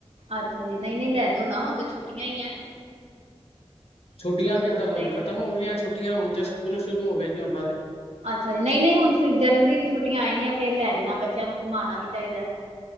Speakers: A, on the right; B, on the left.
A: ਅੱਛਾ ਜੀ, ਨਈ- ਨਈ ਲੈ ਜਾਓ ਨਾ, ਹੁਨ ਤੇ ਛੁੱਟੀਆਂ ਈ ਐ।
B: ਛੁੱਟੀਆਂ ਕਿੱਧਰ,
A: ਜਾਣਾ
B: ਹੁਣ
A: ਚਾਹੀਦਾ
B: ਖਤਮ ਹੋ ਗਈਆਂ ਛੁੱਟੀਆਂ, ਹੁਣ ਤੇ ਸਕੂਲ ਸ਼ੁਰੂ ਹੋ ਗਏ ਜੀ, ਓਨਾਂ ਦੇ।
A: ਅੱਛਾ ਜੀ, ਨਈ -ਨਈ ਹੁਣ ਤੁਸੀ ਜਨਵਰੀ ਦੀ ਛੁੱਟੀਆਂ ਆਏਂਗੀਆਂ ਫੇਰ ਲੈ ਜਾਨਾਂ, ਬੱਚੇਆਂ ਨੂੰ ਘੁਮਾਨਾਂ ਵੀ ਚਾਈਦਾ।